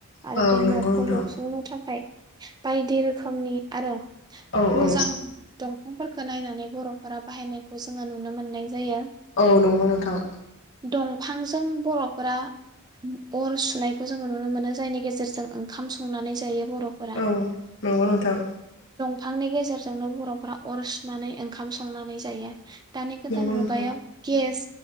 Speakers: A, on the right; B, on the left.
A: आरो
B: औ
A: बे न'खौ
B: नंगौ नोंथां
A: लुफुंनो थाखाय बायदि रोखोमनि आरो
B: औ
A: मोजां
B: औ
A: दंफांफोर खो नायनानै बर'फोरा बाहायनायखौ जोङो नुनो मोन्नाय जायो।
B: औ नंगौ नोंथां
A: दंफांजों बर'फोरा अर सुनायखौ जोङो नुनो मोनो। जायनि गेजेरजों ओंखाम संनानै जायो बर'फोरा
B: औ नंगौ नोंथां।
A: फांनि गेजेरजोंनो बर'फोरा अर सुनानै ओंखाम संनानै जायो। दानि गोदान
B: नंगौ नोंथां
A: मुगायाव गेस